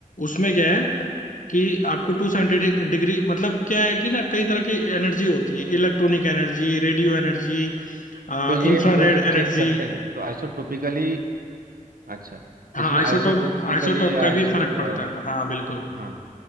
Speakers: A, on the left; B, on the right.
A: उसमें क्या है कि आपको टू साइंटिफिक डिग्री मतलब क्या है कि ना कई तरह की एनर्जी होती है electronic energy radio energy
B: तो ये
A: infrared
B: हम लोग जब चेक
A: energy
B: करते हैं तो आइसोटोपिकली अच्छा
A: हाँ
B: इसमें
A: आइसोटॉप
B: आइसोटोपिकली
A: आइसोटॉप
B: या
A: का
B: आइसो
A: भी फर्क
B: अ,
A: पड़ता है हाँ बिल्कुल
B: हाँ